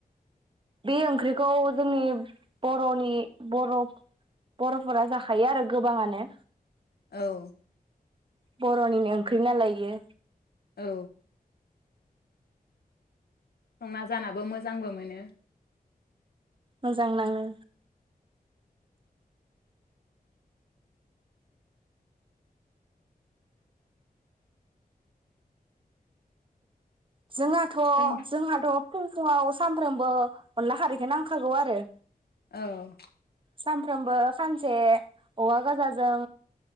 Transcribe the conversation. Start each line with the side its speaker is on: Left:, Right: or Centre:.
Right: बे ओंख्रिखौ जोंनि बर'नि बर' बर'फोरा जाखायो आरो गोबाङानो।
Left: औ।
Right: बर'निनो ओंख्रि नालाय इयो।
Left: औ संना जानाबो मोजांबो मोनो।
Right: मोजां नाङो। जोंहाथ'
Left: जों
Right: जोंहाथ' फुं फुङाव सानफ्रोमबो अनला खारैखो नांखागौ आरो।
Left: औ
Right: सानफ्रोमबो खानसे औवा गाजाजों